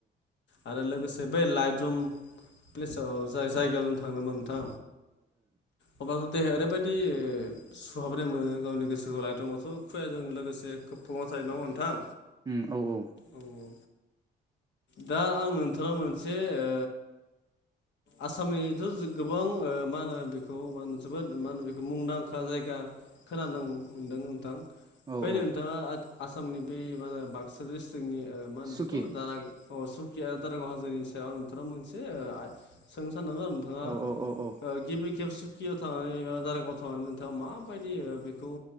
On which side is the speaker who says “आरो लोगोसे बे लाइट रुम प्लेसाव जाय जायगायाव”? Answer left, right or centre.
Left